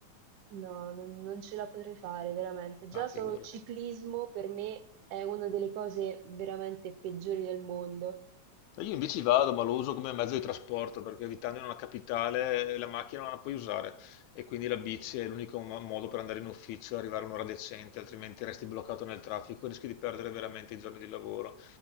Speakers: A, on the right (about 80°); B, on the left (about 80°).
A: No, non, non ce la potrei fare, veramente. Già
B: Ah,
A: solo
B: figurati.
A: ciclismo per me è una delle cose veramente peggiori del mondo.
B: Io in bici vado, ma lo uso come mezzo di trasporto perché abitando in una capitale eh, la macchina non la puoi usare e quindi la bici è l'unico mo- modo per andare in ufficio e arrivare a un'ora decente, altrimenti resti bloccato nel traffico e rischi di perdere veramente i giorni di lavoro.